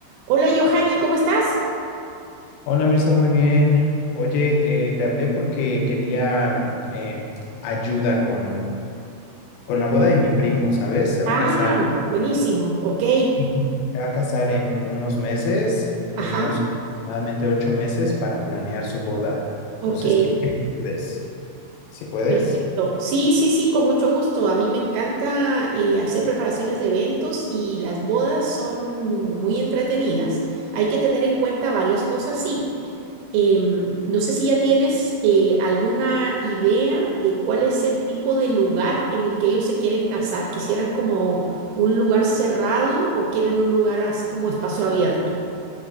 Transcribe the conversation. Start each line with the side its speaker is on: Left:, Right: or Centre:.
Right: Hola, Johanny, ¿cómo estás?
Left: Hola Mirza, muy bien. Oye, eh, te hablé porque quería mm, eh, ayuda con, con la boda de mi primo, ¿sabes? Se va
Right: Ah,
Left: a casar,
Right: buenísimo, ok.
Left: Ujú. se va a casar en unos meses. Tenemos
Right: Ajá,
Left: aproximadamente ocho meses para planear su boda.
Right: ok,
Left: Entonces, ¿qué puedes? ¿Si puedes?
Right: perfecto. Sí, sí, sí, con mucho gusto. A mí me encanta eh, hacer preparaciones de eventos y las bodas son muy entretenidas. Hay que tener en cuenta varias cosas, sí. Em, no sé si ya tienes eh, alguna idea de cuál es el tipo de lugar en el que ellos se quieren casar. ¿Quisieran como un lugar cerrado o quieren un lugar así como espacio abierto?